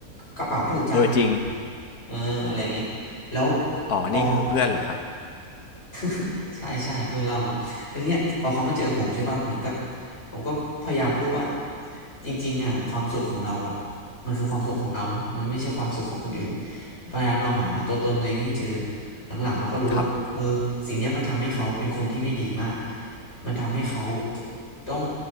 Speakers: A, on the left; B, on the left.
A: กระเป๋าถูกจัง
B: เออจริง
A: เอออะไรเงี้ยแล้ว
B: อ๋อนี่คือเพื่อนเหรอครับ
A: พอ <laughs> ใช่ใช่เพื่อนเล่ามาแล้วทีเนี้ยพอเขามาเจอผมใช่ป่ะเหมือนกับผมก็พยายามพูดว่าจริงๆอ่ะความสุขของเราอ่ะมันคือความสุขของเรานะมันไม่ใช่ความสุขของคนอื่นพยายามลองหาตัวตนตัวเองให้เจอหลังๆเขาก็รู้ว่าเออสิ่งเนี้ยมันทำให้เขาเป็นคนที่ไม่ดีมาก
B: ครับ
A: มันทำให้เขาต้อง